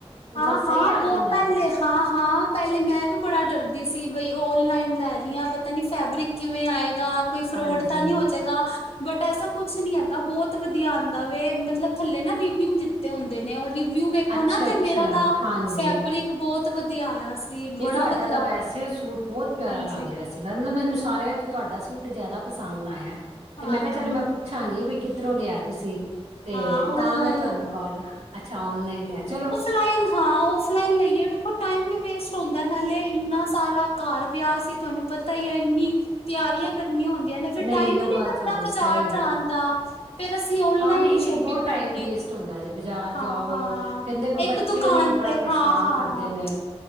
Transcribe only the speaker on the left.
ਹਾਂ-ਹਾਂ,
ਬੋਹਤਾ
ਲਿਹਾਜ਼ ਹਾਂ, ਪੈਲੇ ਮੈਂ ਵੀ ਬੜਾ ਡਰਦੀ ਸੀ ਬਈ ਔਨਲਾਈਨ ਲੈ ਰਹੀ ਹਾਂ ਪਤਾ ਨੀ ਫੈਬਰਿਕ ਕਿਵੇਂ ਆਏਗਾ, ਕੋਈ ਫਰੋਡ
ਤਾਂ ਨਹੀਂ ਹੋ ਜਾਏਗਾ ਬਟ ਐਸਾ ਕੁਛ ਨੀ ਹੈਗਾ, ਬੋਤ ਵਧੀਆ ਆਂਦਾ ਵੇ, ਮਤਲਬ ਥੱਲੇ ਨਾ ਰਿਵਿਊ ਦਿੱਤੇ ਹੁੰਦੇ ਨੇ। ਓ ਰਿਵਿਊ ਵਿਊ ਵੇਖੋ
ਨਾ ਤੇ ਮੇਰਾ ਤਾਂ
ਫੈਬਰਿਕ ਬੋਤ ਵਧੀਆ ਆਇਆ ਸੀ
ਬੜਾ
ਵਧੀਆ
ਹਾਂਜੀ
ਹਾਂ
ਹਾਂ ਓਨਲਾਈਨ
ਲਾ ਹਾਂ ਫਲਾਈਨ ਲਈਏ ਵੇਖੋ ਟਾਈਮ ਵੀ ਵੇਸਟ ਹੁੰਦਾ ਨਾਲੇ ਏਨਾ ਸਾਰਾ- ਘਰ ਵੇਆ ਸੀ ਤੁਆਨੂੰ ਪਤਾ ਈ ਆ ਏਨੀ ਤਿਆਰੀਆਂ ਕਰਨੀਆਂ ਹੁੰਦੀਆਂ ਨੇ ਫੇਰ
ਟਾਈਮ
ਈ ਨੀ
ਲੱਗਦਾ
ਬਜ਼ਾਰ
ਜਾਣ ਦਾ ਫੇਰ ਅਸ ਔਨਲਾਈਨ
ਈ
ਸ਼ੋਪਿੰਗ
ਕਰਲੀ
ਹਾਂ-ਹਾਂ
ਏਕ
ਦੁਕਾਨ
ਤੇ
ਹਾਂ-ਹਾਂ